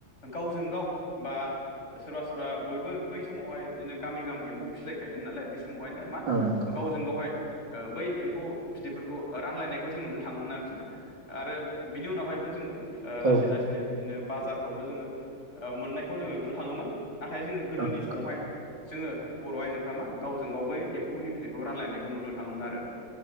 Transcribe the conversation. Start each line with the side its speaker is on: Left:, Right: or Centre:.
Left: गावजों गाव बा सोरबा सोरबा बयबो बै समावहाय बिदिनो गामि गामि एम्फौ फिसिलायखायोन नालाय बे समावहायनो मा
Right: औ नंगौ
Left: गावजों गावहाय बै एम्फौ बिदैफोरखौ रानलायनायखौ जों नुनो थाङोमोन आरोखिना आरो बिनि उनावहायबो जोङो ओ लासै
Right: औ
Left: लासै नो बिदिनो बाजारफ्रावबो जोङो मोननायखौ जोङो नुनो थाङोमोन नाथाय जोङो गोदोनि
Right: नंगौ
Left: समावहाय जोङो बर' आइजोफोरा मा गावजों गाव बै एम्फौनि बिदैखौ रानलायनायखौ नुनो थाङोमोन आरो